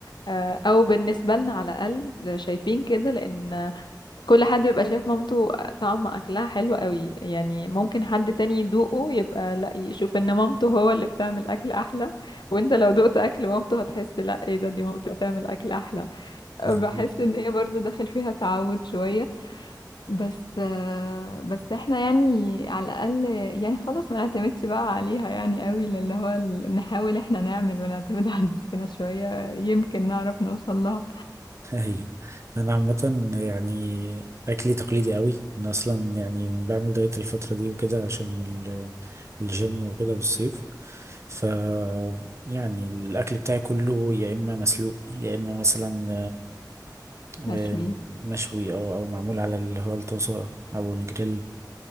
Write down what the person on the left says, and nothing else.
آه، أو بالنسبة لنا على الأقل شايفين كده لأن كل حد بيبقى شايف مامته طعم اكلها حلو قوي يعني ممكن حد تاني يدوقه يبقى لا يشوف ان مامته هو اللي بتعمل اكل احلى وانت لو دقت اكل مامته هتحس لا ايه ده دي مامته بتعمل اكل احلى أه،
بحس ان هي برضو داخل فيها تعود شوية بس آه، بس احنا يعني على الاقل يعني خلاص ما نعتمدش بقى عليها يعني قوي للي هو ال- نحاول احنا نعمل ونعتمد <laughs> على نفسنا شوية يمكن نعرف نوصل لها
مشوي